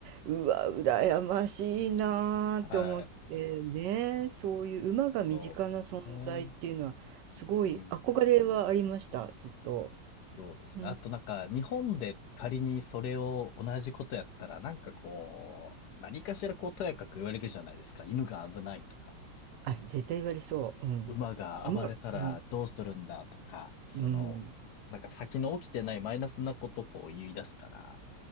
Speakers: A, on the right; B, on the left.
A: うわ、羨ましいなーって思ってね、
B: はい。
A: そういう馬が身近な存在っていうのはすごい憧れはありました、
B: そうですね。うん、
A: ずっと。
B: そうですね。
A: うん
B: あとなんか、日本で仮にそれを同じことやったら、なんかこう、何かしらこう、とやかく言われるじゃないですか。犬が危ないとか、
A: あ、絶対言われそう。うん。
B: 馬が暴れたらどうするんだとか、
A: うまうん、
B: その、
A: うん。
B: なんか先の起きてないマイナスなことをこう言い出すから、